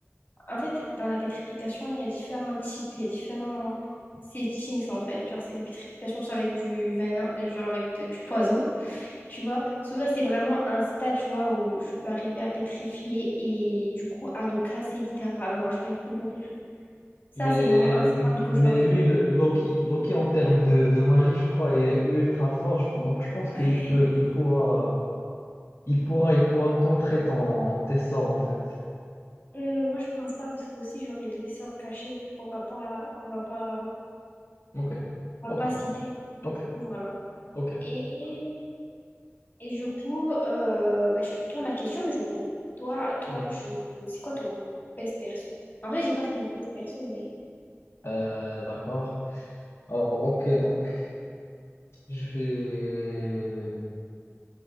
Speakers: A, on the left; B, on the left.
A: En fait, dans la pétrification, il y a différents types, il y a différents settings, en fait. Genre, c'est des pétrifications soit avec du venin, euh, genre avec de- du poison, tu vois. Soit c'est vraiment un stade, tu vois, où je peux arriver à pétrifier et du coup, à le casser littéralement. Genre, il peut mourir. Ça,
B: Mais,
A: c'est vraiment un spoil que
B: mais
A: je suis en train
B: lui,
A: de...
B: le- Loki, Loki en termes de, de magie, je crois, il est ultra fort. Je- Donc je pense qu'il
A: Ouais,
B: peut,
A: mais...
B: il pourra. Il pourra, il pourra contrer ton, tes sorts en fait.
A: hum, moi, je pense pas, parce que aussi, j'aurais des sorts cachés qu'on va pas, qu'on va pas,
B: Ok,
A: qu'on
B: ok,
A: va pas citer. Donc,
B: ok,
A: Du coup, voilà.
B: ok.
A: Et Et du coup, euh, bah, je te retourne la question, mais du coup, toi, toi,
B: Mm.
A: tu, c'est quoi ton best perso? En vrai, j'ai pas fait mon best perso, mais
B: Euh, d'accord. Alors, ok, donc je vais,